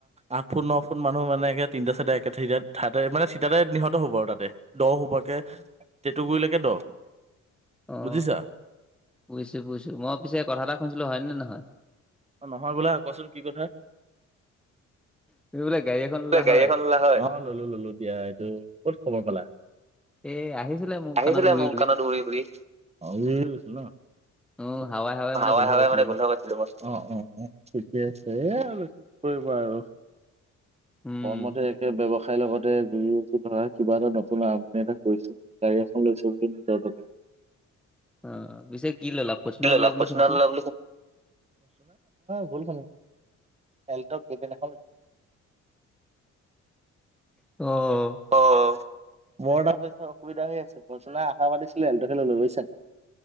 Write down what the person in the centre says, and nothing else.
অ',
বুজিছোঁ বুজিছোঁ মই পিছে কথা এটা শুনিছিলোঁ হয়নে ন নহয়
তুমি বোলে গাড়ী এখন
ললা
হয়
এ আহিছিলে মোৰ
কাণত উৰি
অ হাৱাই মানে
গোন্ধ
পাইছিলো
মই
উম
অ', পিছে কি ললা ফৰ্চুনাৰ
ললা বুলি
শুনিছো
অ'